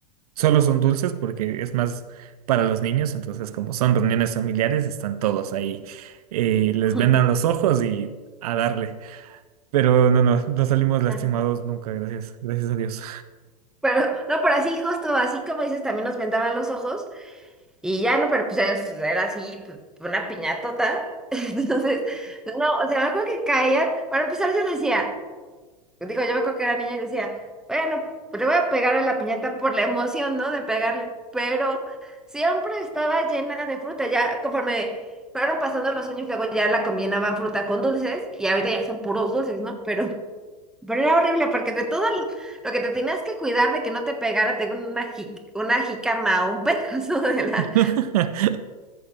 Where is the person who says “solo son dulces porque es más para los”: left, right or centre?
Right